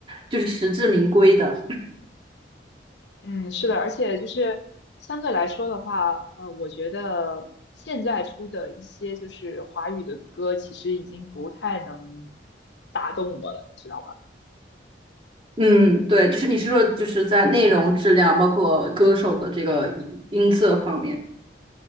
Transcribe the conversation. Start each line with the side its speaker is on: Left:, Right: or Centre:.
Right: 就是实至名归的。
Left: 嗯，是的，而且就是相对来说的话，呃，我觉得现在出的一些就是华语的歌，其实已经不太能打动我了，你知道吧？
Right: 嗯，对，就是你是说就是在内容质量，包括歌手的这个音音色方面